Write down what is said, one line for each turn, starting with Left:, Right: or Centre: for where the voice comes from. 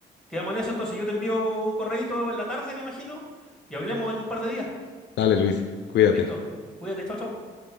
Centre: quedamos en eso entonces. Yo te envío un correíto en la tarde, me imagino, y hablemos en un par de días.
Left: Dale, Luis, cuídate.
Centre: Listo. Cuídate, chao, chao.